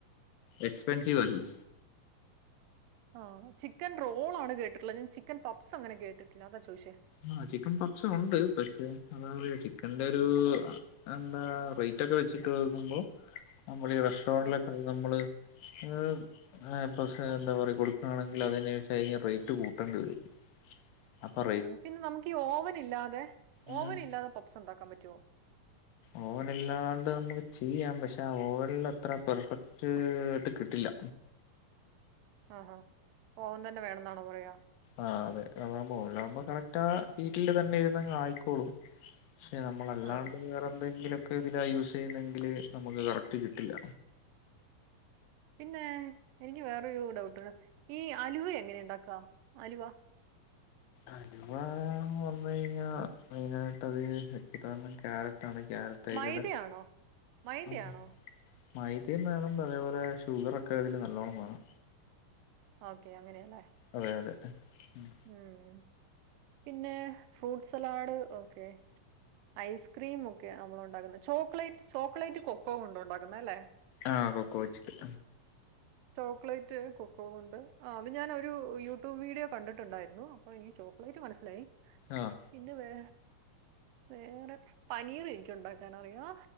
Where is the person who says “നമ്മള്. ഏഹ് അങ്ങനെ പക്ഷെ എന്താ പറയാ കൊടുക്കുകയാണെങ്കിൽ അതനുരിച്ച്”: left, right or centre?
Left